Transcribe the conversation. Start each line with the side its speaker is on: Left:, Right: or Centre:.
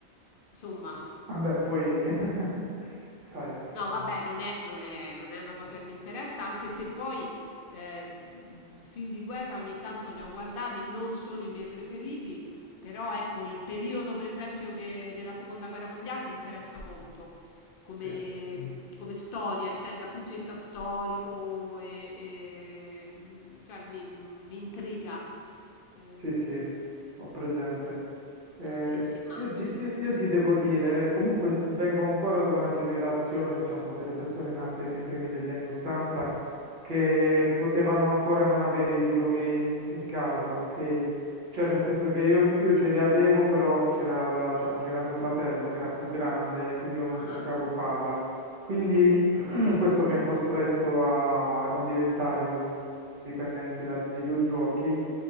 Left: insomma.
Right: vabbè, poi, <laughs> sai,
Left: No, vabbè, non è, non è- non è una cosa che mi interessa, anche se poi eh, film di guerra ogni tanto ne ho guardati, non sono i miei preferiti, però ecco, il periodo per esempio che- della seconda guerra mondiale mi interessa molto Mm. come,
Right: sì.
Left: come storia, inte- dal punto di vista storico, e, e, mh, cioè mi, mi intriga. Eh,
Right: Sì, sì, ho presente. Sì. Eh,
Left: sì, sì, immagino.
Right: io ti, ti- io ti devo dire, comunque vengo ancora da una generazione, diciamo, delle persone nate nei primi degli anni 80 che potevano ancora non avere i videogame in casa, ok? Cioè, nel senso che io, io ce li avevo, però c'era la- diciamo, c'era mio fratello che era più grande, quindi io non
Left: Ah,
Right: toccavo palla. Quindi <clears throat> questo mi ha costretto a non diventare un dipendente da videogiochi